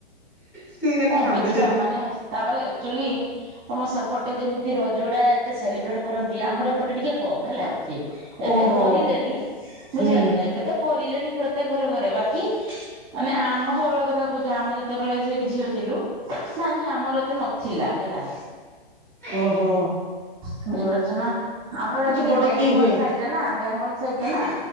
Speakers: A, in the centre; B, on the right.
A: ସିଏ ଖାଲି
B: ହେବେଛୁଆ
A: କାନ୍ଦୁଛନ୍ତି।
B: ମାନେ ତାପରେ ଆଚୁଆଲି ତମ ସେପଟେ ଯେମିତି ରଜଗଡା ଏତେ ସେଲିବ୍ରେଟ କରନ୍ତି ଆମର ଏପଟେ ଟିକେ କମ ହେଲା କି ଏବେ
A: ଓହୋ
B: କରିଲେନି ବୁଝିପାରିଲ
A: ହୁଁ
B: ନା ଏବେ ତ କରିଲେନି ପ୍ରତ୍ୟେକ ଘରେ ଘରେ ବାକି ମାନେ ଆମ ସବୁବେଳେ କଥା କହୁଛ ଆମେ ଯେତେବେଳେ ସେ ଝିଅଥିଲୁ ନାଇଁ ଆମର ଏତେ ନଥିଲା ହେଲା।
A: ଓ ହୋ।
B: ବୁଝିପାରୁଛ ନା ଆମର ଏଟା ଟିକେ
A: ବଡ
B: ବେଙ୍ଗଲ
A: କି ହୁଏ
B: ସାଇଟ ଟା ନା ବେଙ୍ଗଲ ସାଇଟ ଟା ନା।